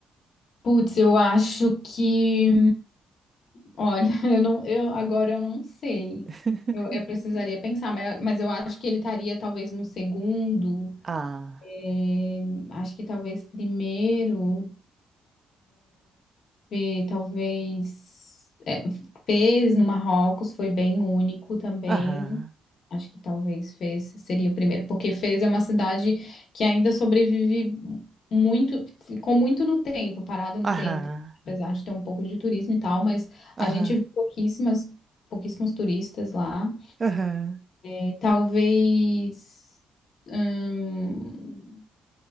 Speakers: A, on the left (about 60°); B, on the right (about 30°).
A: Putz, eu acho que, olha, <laughs> eu não, eu agora eu não sei.
B: <laughs>
A: Eu, eu precisaria pensar, mas, mas eu acho que ele estaria talvez no segundo,
B: Ah.
A: é, acho que talvez primeiro. Tive, talvez, é, Fez no Marrocos foi bem único também.
B: Aham,
A: Acho que talvez Fez seria o primeiro, porque Fez é uma cidade que ainda sobrevive muito, ficou muito no tempo, parada no
B: aham,
A: tempo, apesar de ter um pouco de turismo e tal, mas
B: aham,
A: a gente viu pouquíssimas, pouquíssimos turistas lá.
B: aham.
A: É, talvez, hum,